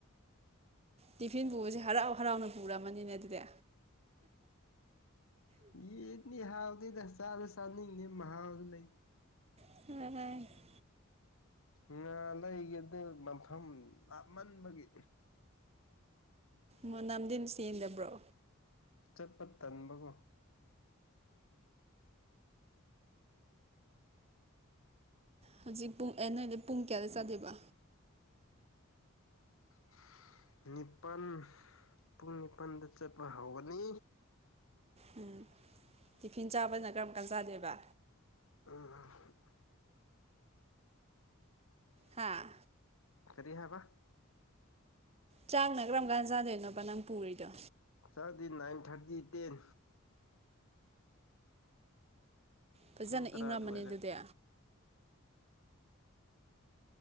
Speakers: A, on the right; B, on the left.
A: ꯇꯤꯐꯤꯟ ꯄꯨꯕꯁꯦ ꯍꯔꯥꯎ ꯍꯔꯥꯎꯅ ꯄꯨꯔꯝꯃꯅꯤꯅꯦ ꯗꯨꯗꯤ
B: ꯌꯦꯟꯅꯤ ꯍꯥꯎꯇꯦꯗ ꯆꯥꯅ ꯆꯥꯅꯤꯡꯉꯤ ꯃꯍꯥꯎꯗꯤ ꯂꯩ
A: <unintelligible>
B: ꯉꯥ ꯂꯩꯒꯦꯗ ꯃꯐꯝ ꯂꯥꯞꯃꯟꯕꯒꯤ
A: ꯃꯅꯝꯗꯤꯟ ꯆꯦꯟꯗꯕ꯭ꯔꯣ
B: ꯆꯠꯄ ꯇꯟꯕꯒꯣ
A: ꯍꯧꯖꯤꯛ ꯄꯨꯡ ꯑꯦ ꯅꯣꯏꯗꯤ ꯄꯨꯡ ꯀꯌꯥꯗ ꯆꯠꯂꯤꯕ
B: <inaudible> ꯅꯤꯄꯥꯟ ꯄꯨꯡ ꯅꯤꯄꯟꯗ ꯆꯠꯄ ꯍꯧꯒꯅꯤ
A: ꯎꯝ ꯇꯤꯐꯤꯟ ꯆꯥꯕꯅ ꯀꯔꯝ ꯀꯥꯟ ꯆꯥꯗꯣꯏꯕ
B: ꯎꯝ
A: ꯍꯥꯥ
B: ꯀꯔꯤ ꯍꯥꯏꯕ
A: ꯆꯥꯛꯅ ꯀꯔꯝ ꯀꯥꯟ ꯆꯥꯗꯣꯏꯅꯣꯕ ꯅꯪ ꯄꯨꯔꯤꯗꯣ
B: ꯆꯥꯛꯗꯤ ꯅꯥꯏꯟ ꯊꯔꯇꯤ ꯇꯦꯟ
A: ꯐꯖꯅ
B: ꯄꯨꯡ ꯇꯔꯥ
A: ꯏꯪꯔꯝꯃꯅꯤ
B: ꯑꯗꯨꯋꯥꯏꯗ
A: ꯗꯨꯗꯤ